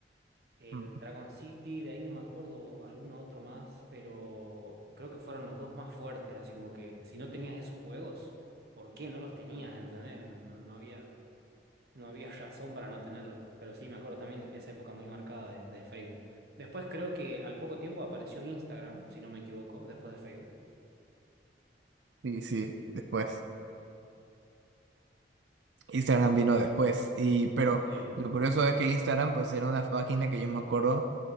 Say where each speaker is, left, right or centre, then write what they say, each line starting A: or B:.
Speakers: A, on the right (about 60°); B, on the right (about 85°).
A: El
B: Mm.
A: Dragon City, de ahí no me acuerdo alguno otro más, pero creo que fueron los dos más fuertes, así como que si no tenías esos juegos, ¿por qué no los tenías? ¿Entendés? No, no no había, no había razón para no tenerlos. Pero sí, me acuerdo también esa época muy marcada de, de Facebook. Después creo que al poco tiempo apareció Instagram, si no me equivoco, después de Facebook.
B: Sí, sí, después. Instagram vino después. Y, pero
A: Sí,
B: lo curioso es que Instagram, pues, era una página que yo me acuerdo,